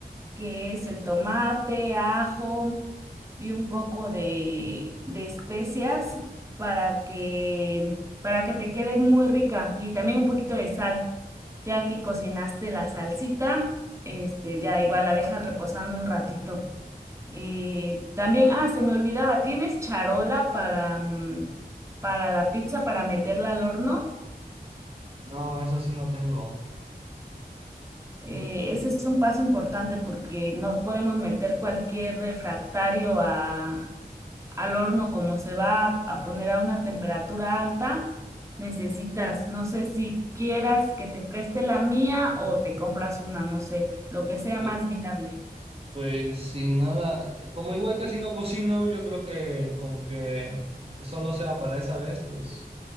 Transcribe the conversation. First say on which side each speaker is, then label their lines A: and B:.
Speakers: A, on the right; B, on the right.
A: que es el tomate, ajo y un poco de, de especias para que, para que te quede muy rica y también un poquito de sal. Ya que cocinaste la salsita, este, ya igual la dejas reposando un ratito. Eh, también, ah, se me olvidaba, ¿tienes charola para, mm, para la pizza, para meterla al horno?
B: No, eso sí no tengo.
A: Eh, ese es un paso importante porque no podemos meter cualquier refractario a, al horno como se va a poner a una temperatura alta. Necesitas, no sé si quieras que te preste la mía o te compras una, no sé, lo que sea
B: Pues,
A: más viable.
B: pues sin nada, eh, como igual casi no cocino, yo creo que con que solo sea para esa vez, pues